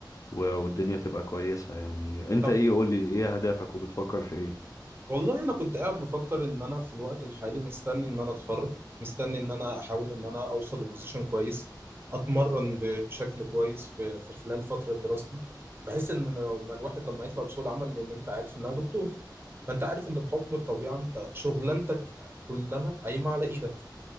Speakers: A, on the left; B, on the right.
A: و- والدنيا تبقى كويسة يعني انت
B: طب
A: ايه قولي ايه اهدافك وبتفكر في ايه
B: والله انا كنت قاعد بفكر ان انا في الوقت الحالي مستني ان انا اتخرج مستني ان انا احاول ان انا اوصل لبوزيشن كويس اتمرن ب- بشكل كويس في في خلال فتره دراستي بحيث ان لما الواحد لما يطلع بسوق العمل لان انت عارف انها دكتور فانت عارف ان بحكم الطبيعه انت شغلانتك كلها قايمه على ايدك